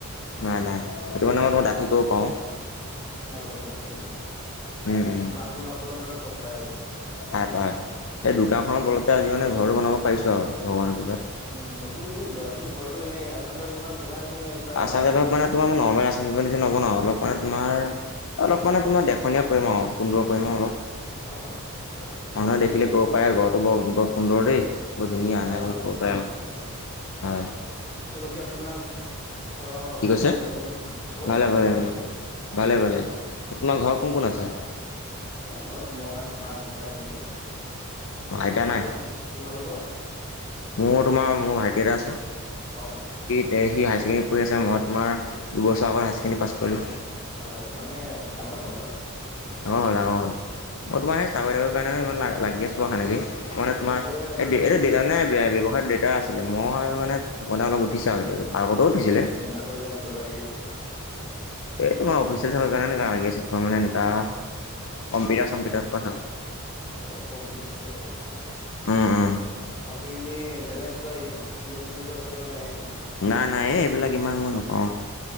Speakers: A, on the left; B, on the left.
A: নাই নাই সেইটো কাৰণে মই মই
B: গম
A: ডাঠি কব পাওঁ
B: অ গম পাইছো গম পাইছো
A: উম
B: অ
A: উম
B: আপোন আপোনাৰ দোকানত চব পাই আৰু
A: পাই পাই সেই দোকান খনৰ বলতে আজি মানে ঘৰতো বনাব পাৰিছো আও ভগৱানৰ কৃপাত
B: উম, আপুনি কি কৰে আপুনি ঘৰতো এনেই আচাম টাইপ বনা বনাই আছে নে কিবা
A: আচাম টাইপৰ
B: এনে
A: মানে তোমাৰ নৰ্মেল আচাম টাইপৰ নিচিনা নবনাও, অলপ মানে তোমাৰ অলপ মানে তোমাৰ দেখনীয়া কৰিম আও সুন্দৰ কৰিম আও অলপ
B: অ আচ্ছা আচ্ছা মানে
A: মানুহে
B: আপুনি
A: দেখিলে ক'ব পায় ঘৰটো বৰ বৰ সুন্দৰ দেই বৰ ধুনীয়া
B: হয়
A: এনেকৈ
B: হয়,
A: ক'ব
B: গম
A: পাৰে
B: পাইছো
A: আৰু
B: গম পাইছো।
A: হয়,
B: অ বাকী আপোনাৰ ঘৰৰ
A: কি
B: খবৰ
A: কৈছে?
B: খাতি ভালেই নহয় ঘৰৰ
A: ভালে
B: খবৰ পাতি
A: ভালে
B: ভালেই
A: উম,
B: নহয়
A: ভালে ভালে। তোমাৰ ঘৰত কোন কোন আছে?
B: এ ঘৰত মই মা দেউতা এনেকে
A: আইতা
B: তোমালোক
A: নাই?
B: তোমালোকৰ
A: মোৰ তোমাৰ মোৰ ভাইটি এটা আছে
B: অহ
A: এ সি হায় ছেকেণ্ডাৰী পঢ়ি আছে, মই তোমাৰ দুবছৰ আগত হায়াৰ ছেকেণ্ডাৰী পাছ কৰিলো।
B: হয় অ মানে ডাঙৰ হ'ল আও
A: ডাঙৰ হ'ল, ডাঙৰ হ'ল। মই তোমাৰ সেই চাকৰি-তাকৰি কাৰণেও ইমান লাগি আছো আও তেনেকে মানে তোমাৰ,
B: অ' চাকৰি কাৰণে লাগি
A: এ
B: আছে
A: এইটো
B: নেকি?
A: মানে ব্যৱসায়ত দেউতা আছিলে মই মানে থাকোতে অলপ
B: অ'
A: উঠিছে আও
B: চা
A: এ আগতেও
B: আপুনি
A: উঠিছিলে
B: এনে কি চাকৰি কাৰণে লাগি আছে এতিয়া?
A: এই তোমাৰ অফিচ চফিচৰ কাৰণে এনেকা লাগি আছে তোমাৰ মানে সেনকা কম্পিউটাৰ চম্পিউটাৰ প চাল
B: অ', কম্পিউটাৰ-চম্পিউটাৰ চাকৰি।
A: উম উম
B: আপুনি এনে বেলেগ কিবা ইন্জেকন এপ্লাই কৰা নাই নেকি?
A: নাই নাই এই এইবিলাক ইমান মই নকওঁ